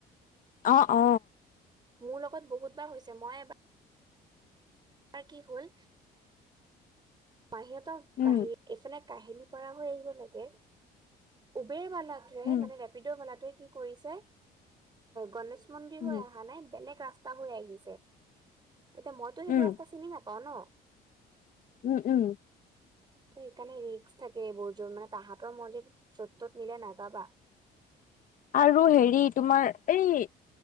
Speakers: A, on the left; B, on the right.
A: অ অ।
B: মোৰ লগত বহুতবাৰ হৈছে মই এবাৰ। কি হল মাহিতৰ
A: উম
B: ক এইফলে। কাহিলি পৰা হৈ আহিব লাগে উবেৰ ৱালটোৱে
A: উম উম
B: মানে ৰেপিডৰ ৱালটোৱে। কি কৰিছে গণেশ মন্দিৰ
A: উম
B: হৈ অহা নাই বেলেগ ৰাস্তা। হৈ আহিছে এতিয়া মইতো সেইবোৰ।
A: উম
B: নেপা ন।
A: উম উম।
B: ত এইকাৰণে ৰিক্স থাকে এইবোৰ যোৰ মানে তাহাঁতৰ মাৰ্জিত যত ত'ত নিলে নাযাবা।
A: আৰু হেৰি তোমাৰ এই।